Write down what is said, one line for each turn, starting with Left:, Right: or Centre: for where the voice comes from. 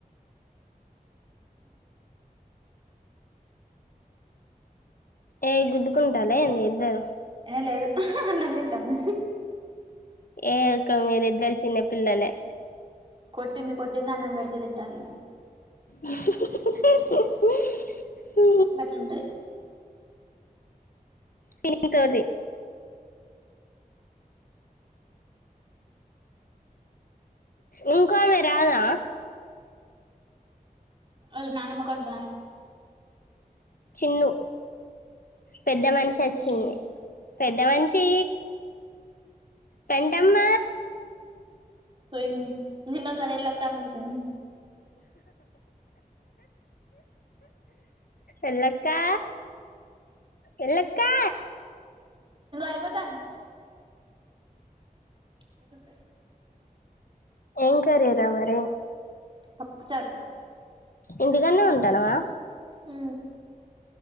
Left: ఏ గుద్దుకుంటాలా ఏంది ఇద్దరు
Right: ఏ లేదు అన్నం తింటున్న
Left: ఏ ఇక మీరు ఇద్దరు చిన్న పిల్లలే
Right: కొట్టింది కొట్టింది అన్నం పెడితే తింటది
Left: హ హా ఉ
Right: గట్లుంటాది
Left: కెలుకుతుంది ఇంకో ఆమె రాదా
Right: అ నానమ్మకుండ
Left: చిన్ను పెద్ద మనిషి వచ్చింది
Right: ఉమ్
Left: పెద్ద మంచి పెంటమ్మ
Right: పోయింది నిన్నోసారి వెళ్ళలక్కని విలిచింది
Left: ఎలక్కా ఎలక్కా
Right: యిపోతాను అద <unintelligible>
Left: ఏం కారీ ర మరే
Right: పప్పుచారు
Left: ఇందుకనే ఉంటానువా
Right: ఆ